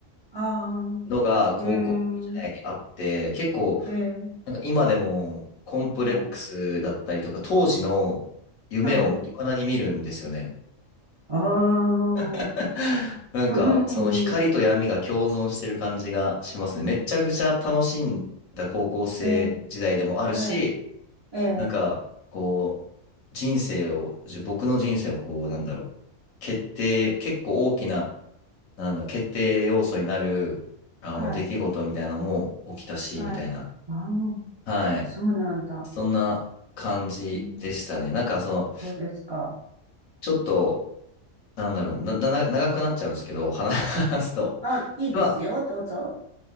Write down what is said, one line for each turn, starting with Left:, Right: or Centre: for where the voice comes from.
Right: ああ。うーん。
Left: のが高校時代にあって、結構
Right: ええ。
Left: なんか今でもコンプレックスだったりとか、
Right: はい。
Left: 当時の夢を未だに見るんですよね。
Right: はい。ああ。
Left: <laughs> なんかその光と闇が共存してる感じがしますね。
Right: うん。
Left: めちゃくちゃ楽しんだ高校生時代でもあるし、
Right: ええ。ええ。ええ。
Left: なんかこう人生を、じ僕の人生をこうなんだろう、決定、結構大きな、なんだろう、決定要素になるあの出来事みたいなのも起きたし、
Right: はい。はい。
Left: みたいな。
Right: ああ。
Left: はい。
Right: そうなんだ。
Left: そんな感じでしたね。
Right: うん
Left: なんかその、
Right: そうですか。
Left: ちょっと、なんだろうな、な、な長くなっちゃうんですけど、話 <laughs> 話すと。
Right: あ、いいですよ。
Left: まあ、
Right: どうぞ。